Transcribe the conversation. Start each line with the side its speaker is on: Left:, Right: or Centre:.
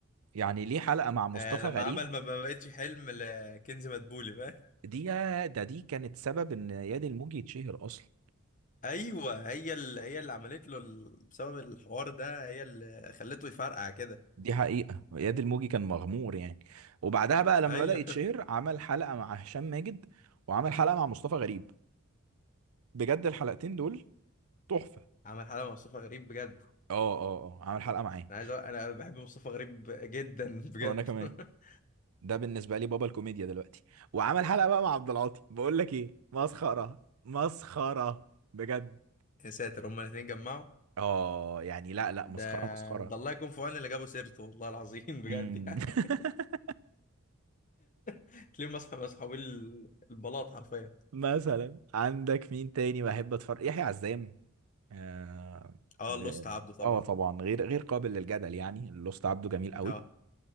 Right: يعني ليه حلقة
Left: <laughs>
Right: مع مصطفى
Left: آه لما
Right: غريب
Left: عمل ما ما بقتش حلم لكنز مدبولي فاهم
Right: دي ده دي كانت سبب ان ياد الموجي يتشهر اصلا
Left: ايوه هي اللي هي اللي عملت له ال- بسبب الحوار ده هي اللي خلته يفرقع كده
Right: دي حقيقة ياد الموجي كان مغمور يعني وبعدها بقى لما
Left: ايوه
Right: بدأ يتشهر عمل حلقة مع هشام ماجد وعمل حلقة مع مصطفى غريب بجد الحلقتين دول تحفة
Left: <laughs> عمل حاله مع مصطفى غريب بجد
Right: اه اه اه عمل حلقة معاه
Left: انا عايز أقول... انا بحب مصطفى غريب جدا بجد
Right: وانا كمان
Left: <laughs>
Right: ده بالنسبه لي بابا الكوميديا دلوقتي وعمل حلقه بقى مع عبد العاطي بقول لك ايه مسخره مسخره بجد
Left: يا ساتر هما الاثنين جمعوا
Right: اه يعني لا لا
Left: ده
Right: مسخره مسخره
Left: ده الله يكون في عون اللي جابوا سيرته والله العظيم بجد
Right: امم
Left: يعني
Right: <laughs>
Left: <laughs> تلاقيهم مسح مسحوبين ال- البلاط حرفيا
Right: مثلا عندك مين تاني بحب اتفرج يحيى عزام اه
Left: اه لوست عبده طبعا
Right: آه طبعا غير غير قابل للجدل يعني الأسطى عبده جميل قوي
Left: اه